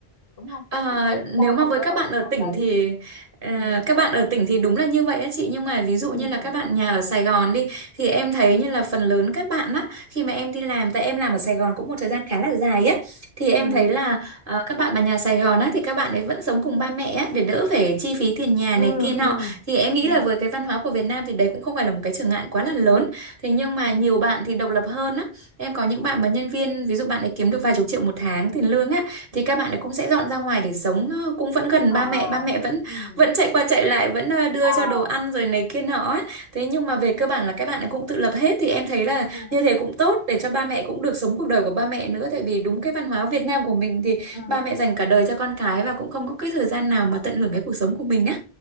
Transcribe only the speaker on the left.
Đúng không?
Chị thấy
đa
phần
rơi
vào
trường
hợp
đấy.
Ừ.
Ừ.
Ừ.
Ừ.
Ừ.
Ừ.
Ừ.
À.
Ừ.
À.
Ừ.
Ừ.